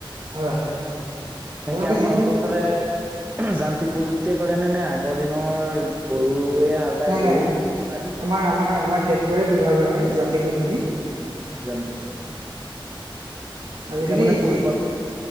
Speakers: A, on the right; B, on the right.
A: হয় হয়।
B: নে
A: আপোনালোকে
B: কি আপোনালোকক
A: যিটো
B: <unintelligible> যান্ত্ৰিক প্ৰযুক্তিয় কৰেনে নে আগৰ দিনৰ গৰুৱে হাল বাই
A: নাই
B: গৰু
A: নাই,
B: আদি
A: আমাৰ আমাৰ আমাৰ ট্ৰেক্টৰে ব্যৱহাৰ কৰা হয় যান্ত্ৰিক পদ্ধতি।
B: জান্তি
A: আজিকালি
B: মানে পৰিৱৰ্ত
A: যি,